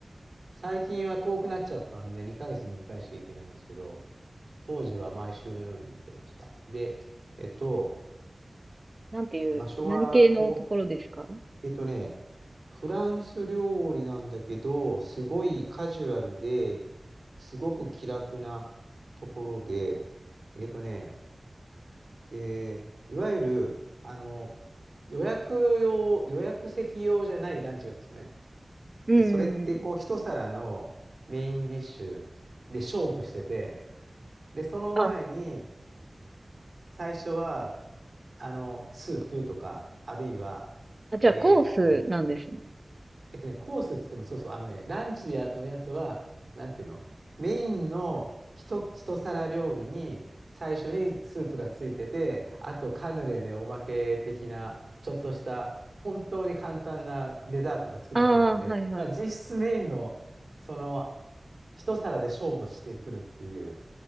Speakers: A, on the right; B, on the right.
A: 最近は遠くなっちゃったんで、2ヶ月に1回しか行けないんですけど、当時は毎週のように行ってました。で、えっと、
B: なんていう、
A: 場所は東
B: 何系のところですか
A: えっとね、フランス料理なんだけど、すごいカジュアルで、すごく気楽なところで、えっとね、で、いわゆる、あの、予約用、予約席用じゃないランチがあるんですよね。
B: う
A: で、それってこう、
B: ん。
A: 一皿のメインディッシュで勝負してて、で、その前に、
B: あ、
A: 最初は、あの、スープとか、あるいは、
B: あ、じゃあコースなんですね。
A: えっと、えっとね、コースっつっても、そうそう、あのね、ランチやのやつは、なんていうのメインの一、一皿料理に、最初にスープがついてて、あとカヌレでおまけ的な、ちょっとした、本当に簡単なデザートがつくだけなので、
B: ああ、はいはい。
A: まあ実質メインの、その、一皿で勝負してくるっていう、